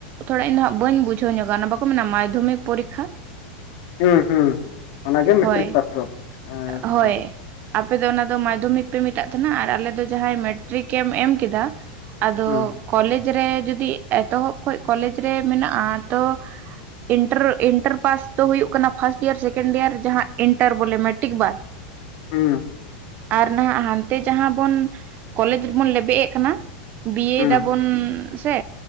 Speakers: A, on the right; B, on the left.
A: ᱛᱷᱚᱲᱟ ᱤᱧ ᱫᱚ ᱦᱟᱸᱜ ᱵᱟᱹᱧ ᱵᱩᱡᱷᱟᱹᱣ ᱧᱚᱜᱟ ᱚᱱᱟ ᱵᱟᱠᱚ ᱢᱮᱱᱟ ᱢᱟᱫᱽᱫᱷᱚᱢᱤᱠ ᱯᱚᱨᱤᱠᱷᱟ
B: ᱦᱩᱸ ᱦᱩᱸ ᱚᱱᱟᱜᱮ ᱢᱮᱴᱨᱤᱠ
A: ᱦᱳᱭ
B: ᱯᱟᱥ ᱫᱚ ᱮᱸ
A: ᱦᱳᱭ
B: ᱚᱸ
A: ᱟᱯᱮ ᱫᱚ ᱚᱱᱟ ᱫᱚ ᱢᱟᱫᱽᱫᱷᱚᱢᱤᱠ ᱯᱮ ᱢᱮᱛᱟᱜ ᱛᱟᱦᱮᱱᱟ ᱟᱨ ᱟᱞᱮ ᱫᱚ ᱡᱟᱦᱟᱸᱭ ᱢᱮᱴᱨᱤᱠ ᱮᱢ ᱮᱢ ᱠᱮᱫᱟ ᱟᱫᱚ
B: ᱦᱩᱸ
A: ᱠᱚᱞᱮᱡᱽ ᱨᱮ ᱡᱩᱫᱤ ᱮᱛᱚᱦᱚᱵ ᱠᱷᱚᱡ ᱠᱚᱞᱮᱡᱽ ᱨᱮ ᱢᱮᱱᱟᱜᱼᱟ ᱛᱚ ᱤᱱᱴᱟᱨ ᱤᱱᱴᱟᱨ ᱯᱟᱥ ᱛᱚ ᱦᱩᱭᱩᱜ ᱠᱟᱱᱟ ᱯᱷᱟᱥᱴ ᱤᱭᱟᱨ ᱥᱮᱠᱮᱱᱰ ᱤᱭᱟᱨ ᱾ ᱡᱟᱦᱟᱸ ᱤᱱᱴᱟᱨ ᱵᱚᱞᱮ, ᱢᱮᱴᱤᱠ ᱵᱟᱫ ᱾
B: ᱦᱩᱸ ᱾
A: ᱟᱨ ᱱᱟᱦᱟᱜ ᱦᱟᱱᱛᱮ ᱡᱟᱦᱟᱸ ᱵᱚᱱ ᱠᱚᱞᱮᱡᱽ ᱨᱮᱵᱚᱱ ᱞᱮᱵᱮᱫ ᱮᱸᱜ ᱠᱟᱱᱟ ᱵᱤᱭᱮᱰ
B: ᱦᱩᱸ
A: ᱟᱵᱚᱱ ᱥᱮ?